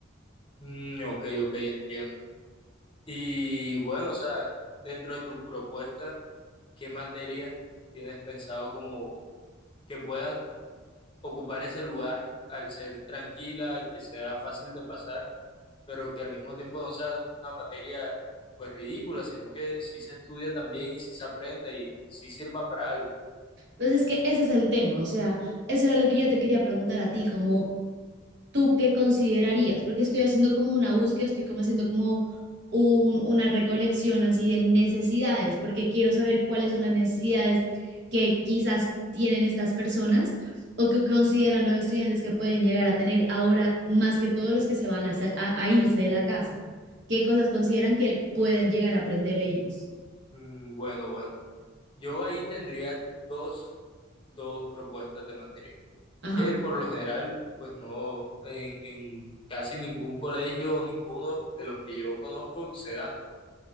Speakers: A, on the left (about 25°); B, on the right (about 60°).
A: Mm, ok, ok, entiendo. Y bueno, o sea, dentro de tu propuesta, ¿qué materia tienes pensado como que pueda ocupar ese lugar al ser tranquila, que sea fácil de pasar? pero que al mismo tiempo no sea una materia pues ridícula, sino que sí se estudia también y sí se aprenda y, y sí sirva para algo.
B: Entonces es que ese es el tema, o sea, eso era lo que yo te quería preguntar a ti, como ¿tú qué considerarías? Porque estoy haciendo como una búsqueda, estoy como haciendo como un- una recolección así de necesidades, porque quiero saber cuáles son las necesidades que quizás tienen estas personas o que consideran los estudiantes que pueden llegar a tener ahora más que todos los que se van a, sa- a- a irse de la casa. ¿Qué cosas consideran que pueden llegar a aprender ellos?
A: Mm, bueno, bueno. Yo ahí tendría dos, dos propuestas de materia,
B: Ajá.
A: que por lo general pues no, en, en casi ningún colegio o ninguno de los que yo conozco se da.